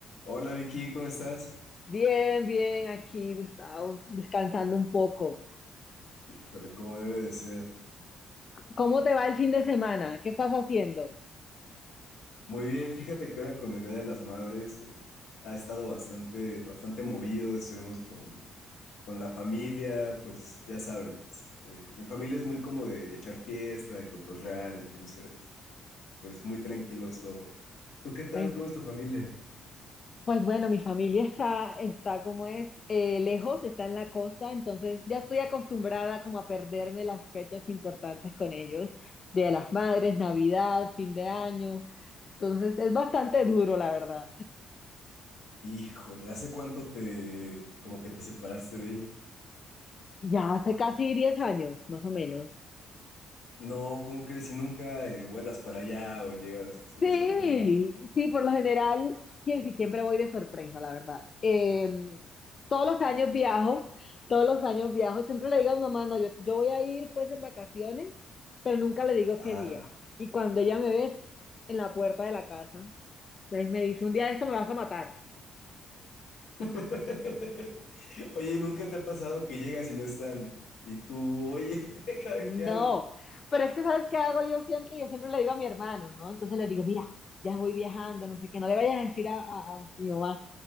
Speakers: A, on the left; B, on the left.
A: Hola Vicky, ¿cómo estás?
B: Bien, bien, aquí Gustavo, descansando un poco.
A: Híjole, ¿cómo debe de ser?
B: ¿Cómo te va el fin de semana? ¿Qué estás haciendo?
A: Muy bien, fíjate que ahora con el Día de las Madres eh, ha estado bastante, bastante movido, estuvimos con, con la familia, pues ya sabes, eh, mi familia es muy como de echar fiesta, de cotorrear, entonces, pues muy tranquilos todos. ¿Tú qué tal?
B: Ven,
A: ¿Cómo es tu familia?
B: Pues bueno, mi familia está, está como es, eh, lejos, está en la costa, entonces ya estoy acostumbrada como a perderme las fechas importantes con ellos, Día de las Madres, Navidad, fin de año. Entonces es bastante duro, la verdad.
A: Híjole, ¿hace cuánto te, como que te separaste de ellos?
B: Ya hace casi 10 años, más o menos.
A: No, ¿cómo crees? Si nunca eh, vuelas para allá o llegas así
B: Sí,
A: de sorpresa.
B: sí, por lo general, sie- siempre voy de sorpresa, la verdad. Eh, todos los años viajo, todos los años viajo, y siempre le digo a mi mamá, no, yo, yo voy a ir pues en vacaciones, pero nunca le digo
A: Ajá.
B: qué día. Y cuando ella me ve es en la puerta de la casa, entonces me dice, un día de esto me vas a matar.
A: <laughs> Oye, ¿nunca te ha pasado que llegas y no están? Y tú, oye, <laughs> ¿ahora
B: No,
A: qué hago?
B: pero es que ¿sabes qué hago yo siempre? Yo siempre le digo a mi hermano, ¿no? Entonces le digo, mira, ya voy viajando, no sé qué, no le vayas a decir a, a- a mi mamá.